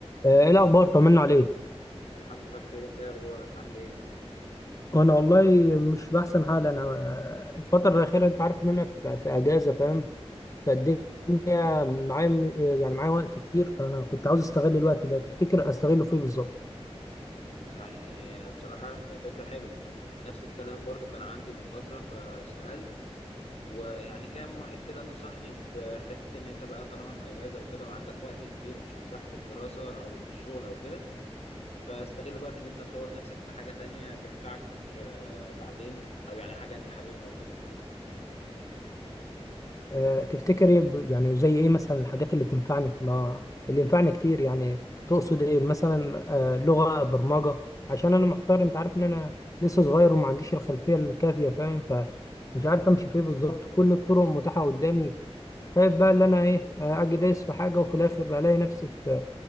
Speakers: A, on the left; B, on the left.
A: آه، ايه الاخبار طمنا عليك
B: الحمد لله بخير انت ايه اخبارك عامل ايه
A: انا والله مش باحسن حال انا آه، الفتره الاخيره انت عارف ان انا في في اجازه فاهم فالدنيا
B: آه.
A: معايا م- يعني معايا وقت كتير فانا كنت عاوز استغل الوقت ده تفتكر استغله في ايه بالظبط
B: يعني آه، بصراحة هي فكرة حلوة نفس الكلام برضو كان عندي من فترة فسألت ويعني كام واحد كده نصحني بحتة ان انت بقى طالما في اجازة وكده وعندك وقت كبير مش متاح في الدراسة او في الشغل او كده فاستغله بقى في ان انت تطور نفسك في حاجة تانية تنفعك آه، بعدين او يعني حاجة انت حاببها وكده فاهم قصدي؟
A: آه، تفتكر ايه ب- يعني زي ايه مثلا الحاجات اللي تنفعني ما اللي ينفعني كتير يعني تقصد ايه مثلا آه، لغه برمجه عشان انا محتار انت عارف ان انا لسه صغير وما عنديش الخلفيه الكافيه فاهم ف مش عارف امشي فيه بالظبط كل الطرق متاحه قدامي خايف بقى اللي انا ايه آه، اجي دايس في حاجه وفي الاخر الاقي نفسي في